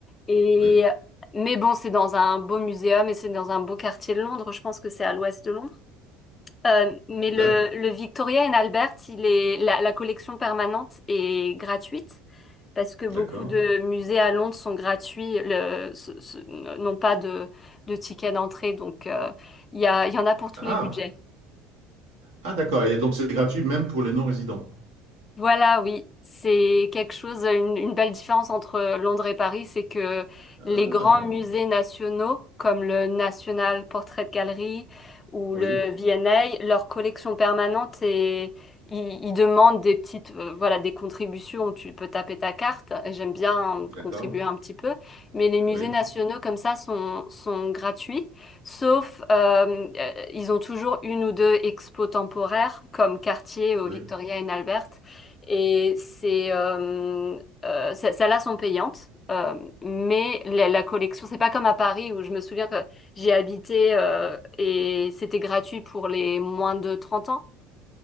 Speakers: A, on the left; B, on the right.
A: Et
B: oui,
A: mais bon, c'est dans un beau muséum et c'est dans un beau quartier de Londres. Je pense que c'est à l'ouest de Londres. Euh, mais le,
B: d'ac-
A: le Victoria and Albert, il est la, la collection permanente est gratuite parce que beaucoup
B: d'accord.
A: de musées à Londres sont gratuits, le, ce- ce- n'ont pas de, de ticket d'entrée, donc euh, il y a, il y en a pour tous
B: Ah,
A: les budgets.
B: ah d'accord, et donc c'est gratuit même pour les non-résidents.
A: Voilà, oui, c'est quelque chose, une, une belle différence entre Londres et Paris, c'est que
B: Ah,
A: les grands musées nationaux, comme le National Portrait Gallery ou
B: oui,
A: le V&A, leur collection permanente et ils, ils demandent des petites, euh, voilà, des contributions où tu peux taper ta carte. Et J'aime bien
B: d'accord,
A: contribuer un petit peu, mais les musées
B: oui,
A: nationaux comme ça sont, sont gratuits, sauf euh, euh, ils ont toujours une ou deux expos temporaires comme Cartier au
B: oui.
A: Victoria and Albert. Et c'est, euh, euh, ce- celles-là sont payantes, euh, mais la, la collection, c'est pas comme à Paris où je me souviens que j'ai habité euh, et c'était gratuit pour les moins de 30 ans.